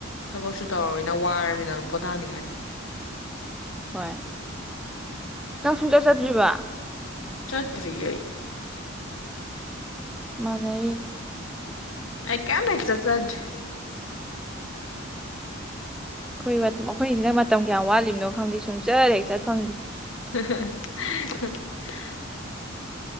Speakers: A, on the left; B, in the centre.
A: ꯊꯕꯛꯁꯨ ꯇꯧꯔꯕꯃꯤꯅ ꯋꯥꯔꯕꯃꯤꯅ ꯑꯗꯨꯝ ꯄꯣꯊꯥꯅꯤꯡꯉꯅꯤ
B: ꯍꯣꯏ ꯅꯪ ꯁꯨꯡꯆꯠ ꯆꯠꯇ꯭ꯔꯤꯕ
A: ꯆꯠꯇ꯭ꯔꯤꯌꯦ ꯑꯩꯗꯤ
B: ꯃꯥꯅꯔꯤ
A: ꯑꯩ ꯀꯦꯝ ꯍꯦꯛ ꯆꯠꯆꯗ꯭ꯔꯤ
B: ꯑꯈꯣꯏ ꯑꯈꯣꯏꯁꯤꯅ ꯃꯇꯝ ꯀꯌꯥꯝ ꯋꯥꯠꯂꯤꯕꯅꯣ ꯈꯪꯗꯦ ꯁꯨꯡ ꯆꯠ ꯍꯦꯛ ꯆꯠ ꯐꯪꯗꯦ
A: <unintelligible>